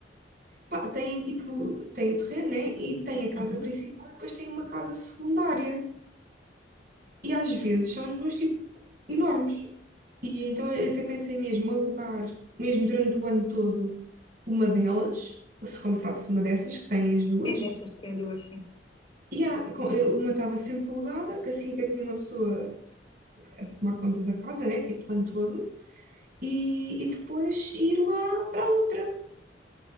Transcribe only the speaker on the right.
pá, têm tipo, têm o terreno, né? E têm a casa
principal e depois têm uma casa secundária. E às vezes são as duas tipo enormes. E então eu até pensei mesmo alugar, mesmo durante o ano todo, uma delas, se comprasse uma dessas, que tem as duas,
e há- com- eh, uma estava sempre alugada, que assim até tinha uma pessoa a tomar conta da casa, né, tipo o ano todo, e, e depois ir lá para a outra,